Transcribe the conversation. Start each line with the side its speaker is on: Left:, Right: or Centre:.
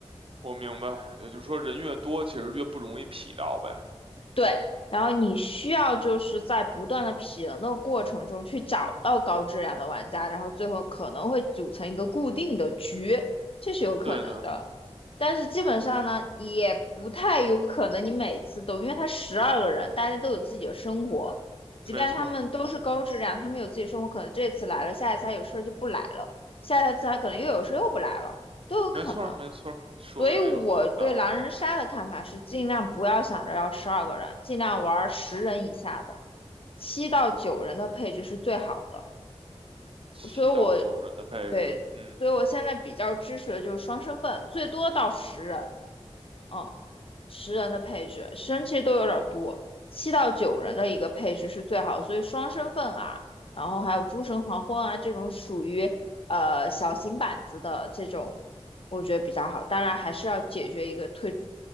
Right: 我明白，也就是说人越多，其实越不容易匹到呗，
Left: 对，然后你需要就是在不断的匹人的过程中去找到高质量的玩家，然后最后可能会组成一个固定的局，这是有可能的。
Right: 对的，
Left: 但是基本上呢，也不太有可能你每次都，因为他十二个人，大家都有自己的生活，即便他们都是高质量，
Right: 没错儿
Left: 他们有自己生活，可能这次来了，下一次他有事儿就不来了，下一次他可能又有事儿又不来了，都有可能。
Right: 没错儿没错儿说的这个很有道理。
Left: 所以我对狼人杀的看法是，尽量不要想着要十二个人，尽量玩十人以下的，七到九人的配置是最好的。
Right: 七到九人的配置，
Left: 所以我，对，
Right: 嗯，
Left: 所以我现在比较支持的就是双身份，最多到十人。嗯，十人的配置，十人其实都有点儿多，七到九人的一个配置是最好的所以双身份啊，然后还有诸神黄昏啊这种属于呃小型板子的这种，我觉得比较好。当然还是要解决一个推